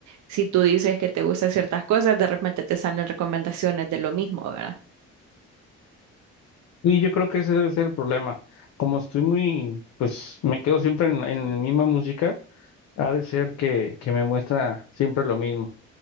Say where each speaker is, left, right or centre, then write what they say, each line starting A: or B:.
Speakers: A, on the right; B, on the left.
A: si tú dices que te gustan ciertas cosas, de repente te salen recomendaciones de lo mismo, ¿verdad?
B: Y yo creo que ese debe ser el problema. Como estoy muy, pues me quedo siempre en, en la misma música Ha de ser que, que me muestra siempre lo mismo.